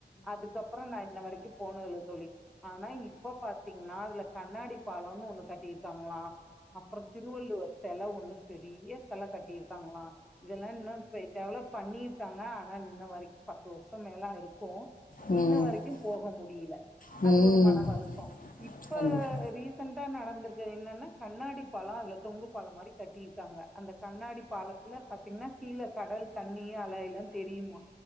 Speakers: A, in the centre; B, on the left.
A: அதுக்கப்பற நா இன்ன வரைக்கும் போனதுல்ல தோழி ஆனா இப்ப பாத்தீங்கனா அதுல கண்ணாடி பாலம்னு ஒன்னு கட்டியிருக்காங்களா அப்பற திருவள்ளுவர் செல ஒண்ணு பெரிய செல கட்டியிருக்காங்களா இதெல்லா இன்னும் இப் டெவளப் பண்ணிருக்காங்க ஆனா இன்ன வரைக்கும் பத்து வருஷ மேல இருக்கும்
B: ம் ம்
A: இன்ன வரைக்கும் போக முடில
B: ம் ம்
A: அது ஒரு மன வருத்த இப்ப
B: கண்டிப்பா
A: ரீசன்டா நடந்திருக்கது என்னன்னா கண்ணாடி பால அதுல தொங்கு பால மாரி கட்டியிருக்காங்க அந்த கண்ணாடி பாலத்துல பாத்தீங்கன்னா கீழ கடல் தண்ணி அலையிலா தெரியுமா